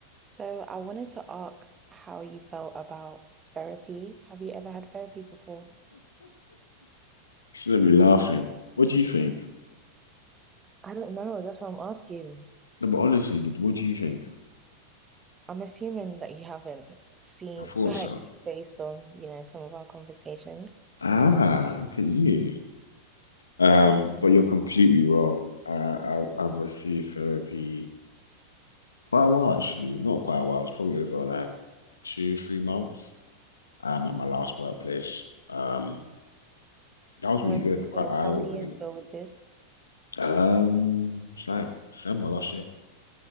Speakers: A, on the right (about 20°); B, on the left (about 70°).
A: So I wanted to ask how you felt about therapy. Have you ever had therapy before?
B: She's gonna be laughing. What do you think?
A: I don't know. That's what I'm asking.
B: No, but honestly, dude, what do you think?
A: I'm assuming that you haven't seen,
B: I thought
A: <laughs> like,
B: so.
A: just based on, you know, some of our conversations.
B: Ah, look at you. Um,
A: Yeah.
B: but you're completely wrong. I, I I've received therapy quite a while actually. Not quite a while. It's probably over like two, three months. Um, at my last workplace. Um, that was
A: When
B: really good.
A: was
B: Quite
A: this?
B: eye-opening.
A: How many years ago was this?
B: Um, it's like December last year.